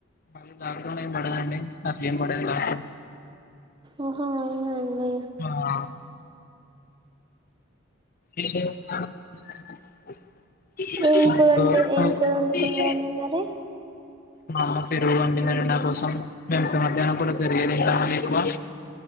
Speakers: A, on the left; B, on the right.
A: కానీ లాక్ డౌన్ ఎం పడదండి అట్లెం పాడది లాక్
B: ఓహో అవునా అండి
A: ఆ <unintelligible>
B: ఏం కూరండి ఏం కూర వండుకున్నారండి
A: తీయే
B: మరి
A: మా అమ్మ పెరుగు వంపింది అండీ నా కోసం మేము మధ్యాహ్నం పూట పెరిగే తింటాం అండీ ఎక్కువ